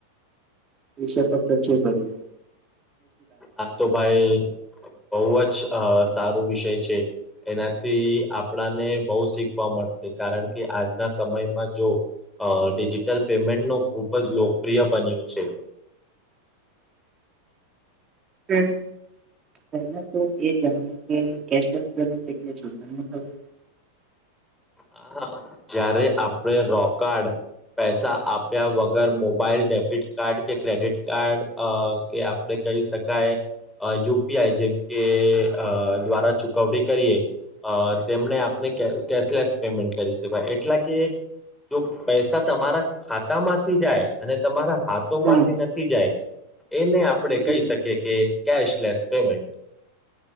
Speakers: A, on the right (about 25°); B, in the centre.
A: એશિયા કપ જ ભરીએ,
B: આ તો ભાઈ બહુ જ સારું વિષય છે, એનાથી આપણાને બહ શીખવા મળશે. કારણ કે આજના સમયમાં જો અ ડિજિટલ પેમેન્ટનું ખૂબ જ લોકપ્રિય બન્યું છે,
A: <unintelligible> હમ્મ પહેલા તો એ જાણ કે કેશલેસ પેમે એટ ખબર <unintelligible>
B: હા હા જયારે આપડ રોકારડ પૈસા આપ્યા વગર મોબાઈલ ડેબિટ કાર્ડ કે ક્રેડિટ કાર્ડ કે આપણે કરી શકાય યુપીઆઈ જેમ કે દ્વારા ચુકવણી કરીએ અ તેમણે આપને કેશલેસ પેમેન્ટ કરી શકાય, એટલા કે જો પૈસા તમારા ખાતા માંથી જાય અને તમારા હાથ
A: ના.
B: માંથી નથી જાય એને આપણે
A: હમ.
B: કહી શકીએ કે કશલેસ પેમેન્ટન્ટ